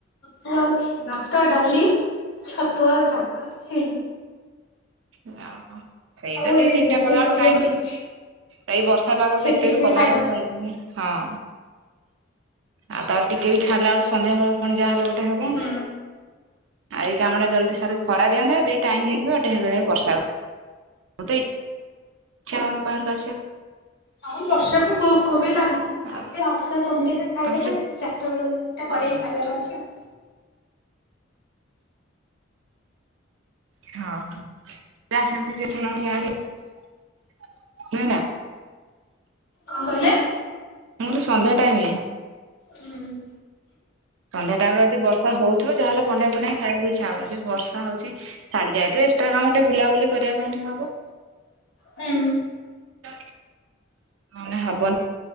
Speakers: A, on the left (about 55°); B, on the right (about 80°).
A: ସନ୍ଧ୍ୟା ବେଳସିକୁ ଭାତ ଡାଲି ଛତୁ ଆଉ ଶାଗ ଅଛି,
B: ଓହୋ ସେଇତ
A: ଆଉ
B: ଦି
A: ଏଇ
B: ତିନିଟା
A: ରୋଷେଇ
B: କଲା ବେଳକୁ
A: କରିହବନି
B: ଟାଇମି।
A: କିଛି
B: ଏଇ ବର୍ଷା ପାଗକୁ
A: ସେତିକିରେ
B: ଏତେ ବି କଲାବେଳକୁ
A: ଖାଇଦବା
B: ଭଲ ଲାଗୁନି। ହଁ ଆଉ ତାର ଟିକେ ବି ଛାଡ଼ିଲା ବେଳକୁ ସନ୍ଧ୍ୟା ବେଳେ ପୁଣି ଯାହା ହେ, ଗୋଟେ ହବଆ
A: ହୁଁ।
B: ଏ ଇ କାମ ଟା ଜଲ୍ଦି ସାରି ଖରା ଦିଅନ୍ତା ଏ ଟାଇମ ହେଇଯିବ ଗୋଟେ ବର୍ଷା ମୋଟେ ଇଚ୍ଛା ହେଉନି ବାହାରକୁ ଆସିବା କୁ।
A: ହଁ ବର୍ଷାକୁ ଭୋକୋ ବି ଲାଗୁନିଖାଲି
B: ଆଉ
A: ଅଲଗା କନ ଦି ଟା ଖାଇଦେଲେଯା।
B: ତମର
A: ସେତେବେଳାଟା କରିକି ଖାଇବାର ଅଛି ଆଉ।
B: ହଁ ଯସ ଆାର ନ ନା <unintelligible>
A: କଣ କହିଲେ?
B: ମୁଁ କହଲି ସନ୍ଧ୍ୟା ଟାଇମେରେ,
A: ହୁଁ <unintelligible>
B: ସନ୍ଧ୍ୟା ଟାଇମ ରେ ଯଦି ବର୍ଷ ହଉଥିବ ତାହେଲେ ବନେଇ ବନେଇ ଖାଇବାକୁଇଛା, ଇଛା ହବ। ଜଉ ବର୍ଷା ହଉଛି ଛାଡି ଯାଇଥିବ ଏସଟ୍ରା କାମ ଟିକେ ବୁଲାବୁଲି। କରିବା ପାଇଁ ହବ
A: ହୁଁ
B: ନହେଲେ ହବନି।